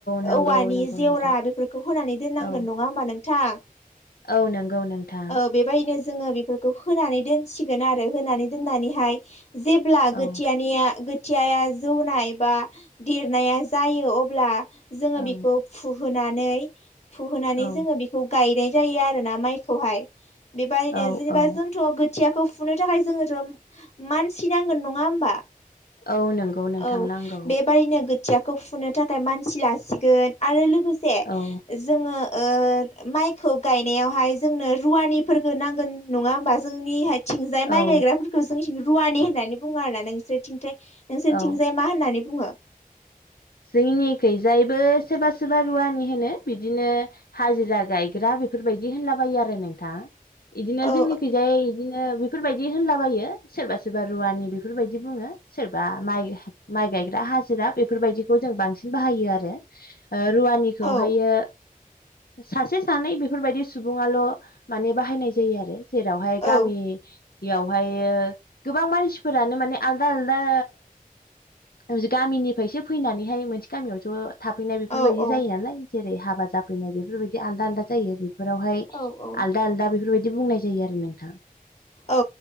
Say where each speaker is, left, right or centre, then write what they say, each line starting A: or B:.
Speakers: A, on the left; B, on the left.
A: नंगौ
B: औवानि
A: नंगौ
B: जेवरा
A: नोंथां
B: बेफोरखौ होनानै दोननांगोन
A: औ
B: नङा होमबा नोंथां?
A: औ नंगौ नोंथां।
B: ओ बेबायदिनो जोङो बेफोरखौ होनानै दोनसिगोन आरो होनानै दोननानैहाय। जेब्ला गोथियानिया।
A: औ
B: खोथियाया जौनाय बा देरनाया जायो अब्ला जोङो
A: औ
B: बेखौ फु फोनानै फुहोनानै
A: औ
B: जोङो बेखौ गायनाय जायो आरोना माइखौहाय। बेबायनो
A: औ
B: जेनेबा
A: औ
B: जोंथ' गोथियाखौ फुनो थाखाय जोङोथ' मान सि नांगोन नङा होमबा
A: औ नंगौ नोंथां
B: औ
A: नांगौ
B: बेबायनो गो थियाखौ फुनो थाखाय मानसि लासिगोन आरो लोगोसे
A: औ
B: ओ जोङो ओ माइखौ गायनायावहाय जोंनो रुवानिफोरखो नांगोन नङा होमबा जोंनिहाय थिंजाय माइ
A: औ
B: गायग्राफोरखौ जोंनिसिं रुवानि होननानै बुङो आरोना नोंसोरथिंथाय नोंसोरनिथिंजाय
A: औ
B: मा होननानै बुङो?
A: जोंनिखैजायबो सोरबा सोरबा रुवानि होनो बिदिनो हाजिरा गायग्रा बेफोरबायदि होनला बायो आरो नोंथां इदिनो
B: औ
A: जोंनिखैजाय इदिनो बेफोरबायदि होनलाबायो सोरबा सोरबा रुवानि बेफोरबायदि बुङो सोरबा माइ माइ गायग्रा हाजिरा बेफोरबायदिखौ जों बांसिन बाहायो आरो ओ रुवानिखौहायो
B: औ
A: सासे सानै बेफोरबायदि सुबुङाल' माने बाहायनाय जायो आरो। जेरावहाय गामि
B: औ
A: बेयावहायो गोबां मानसिफोरानो माने आलदा आलदा <unintelligible> गामिनिफायसो फैनानैहाय मोनसे गामियाव ज' थाफैनाय बेफोरबायदि
B: औ
A: जायो नालाय जेरै हाबा जाफैनाय बेफोरबायदि आलदा आलदा जायो बेफोरावहाय
B: औ औ
A: आलदा आलदा बेफोरबाय‌ बिदि बुंनाय जायो आरो नोंथां।
B: औ